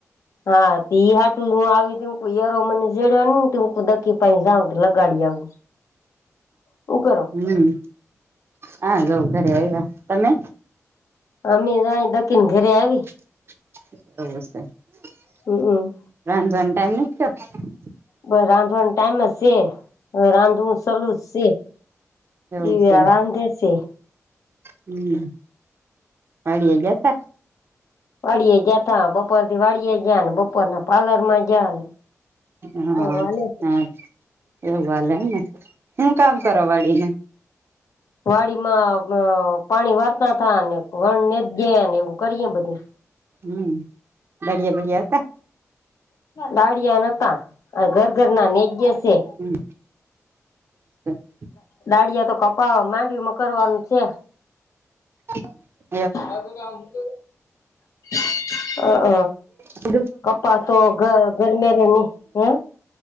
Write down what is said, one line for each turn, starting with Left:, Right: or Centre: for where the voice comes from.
Left: હા ઈ હાટું હું આવી ત યરો મને જેડ્યોને દકી પા જાઉ લગાડી આવું. હું કરો
Right: હમ હા જઉં ઘરે આવ્યા. તમે?
Left: અમી તો અહી તો ઘરે આવી
Right: <inaudible> <unintelligible>
Left: હમ હમ.
Right: રાંધવાની ટાઈમ <unintelligible>
Left: બ રાંધવાનો ટાઈઇમ જ છે. રાંધ હું સલુંશે દિવ
Right: એવું છે
Left: રાંધેશે.
Right: હમ. મળડી હે ગ હતા.
Left: વાડી જયા ત બપોર થી વાડી જ ને બપોરના પ્લર માં જ ને
Right: હા
Left: એવું હાલે છે
Right: હ એવું વાલે એમ ને હું કામ કરવા વાળીને?
Left: વાડી માં પાણી વારતા થા અને વણને ગેને એવું કરીએે બધું.
Right: હમ બળિયા બળિયા હતા.
Left: દાળિયા નતા આ ઘર ઘર ના ને જયા છે.
Right: હમ. <inaudible>
Left: દાળિયા તો કપા માંડવીમાં કરવાનું છે.
Right: <unintelligible>
Left: <unintelligible> અ હ
Right: છે
Left: કપ્પા તો ગ ગરમેરેની હે?